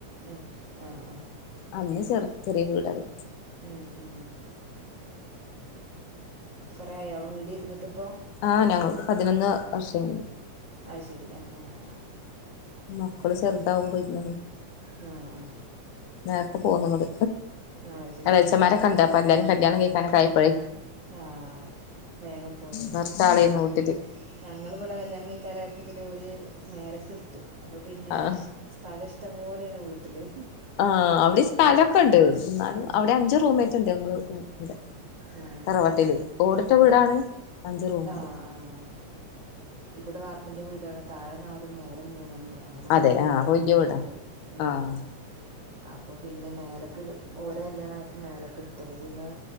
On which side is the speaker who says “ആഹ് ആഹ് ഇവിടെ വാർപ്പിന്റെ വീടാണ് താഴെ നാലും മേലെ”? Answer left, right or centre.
Right